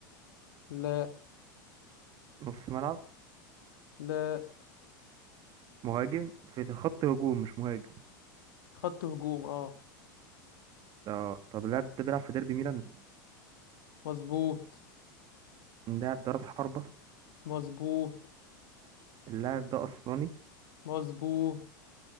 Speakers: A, on the left; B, on the right.
A: لا
B: نص ملعب
A: لا
B: مهاجم في خط هجوم مش مهاجم
A: خط هجوم اه
B: اه طب اللاعب ده بيلعب في ديربي ميلان
A: مظبوط
B: اللاعب ده راس حربة
A: مظبوط
B: اللاعب ده اسمراني
A: مظبوط